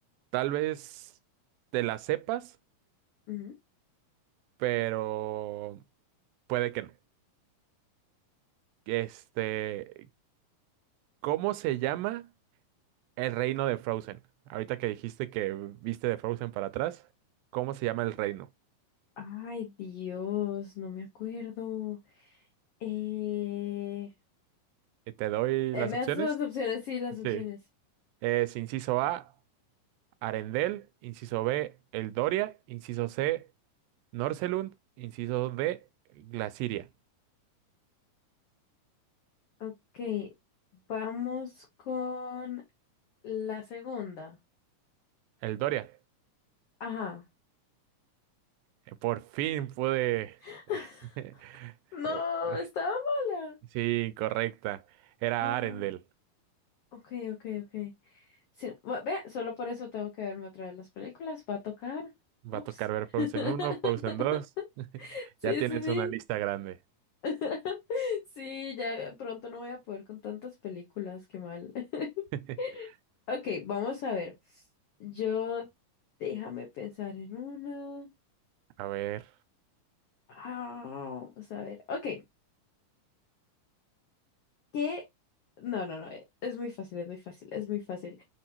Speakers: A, on the right (about 85°); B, on the left (about 85°).
A: tal vez te la sepas,
B: Ujú.
A: pero puede que no. Este, ¿cómo se llama el reino de Frozen? Ahorita que dijiste que viste de Frozen para atrás, ¿cómo se llama el reino?
B: Ay, Dios, no me acuerdo. Eh,
A: Eh, ¿Te doy
B: eh,
A: las
B: me
A: opciones?
B: das las opciones, sí, las opciones.
A: Sí. Es inciso A, Arendelle, inciso B, Eldoria, inciso C, Norselund, inciso D, Glaciria.
B: Okay, vamos con la segunda.
A: El Doria.
B: Ajá.
A: Eh, Por fin pude.
B: <laughs>
A: <laughs>
B: No, estaba mala.
A: Sí, correcta. Era
B: No.
A: Arendelle.
B: Okay, okay, ok. Sí, bu- ve, solo por eso tengo que verme otra vez las películas. Va a tocar. Ups.
A: Va a tocar ver
B: <laughs>
A: Frozen uno, Frozen dos, <laughs>
B: Sí,
A: Ya tienes
B: sí, sí.
A: una lista grande.
B: <laughs> Sí, ya pronto no voy a poder con tantas películas, qué mal. <laughs>
A: <laughs>
B: Ok, vamos a ver. Yo, déjame pensar en una.
A: A ver.
B: Ah, vamos a ver. Ok, ¿qué? No, no, no, eh, es muy fácil, es muy fácil, es muy fácil.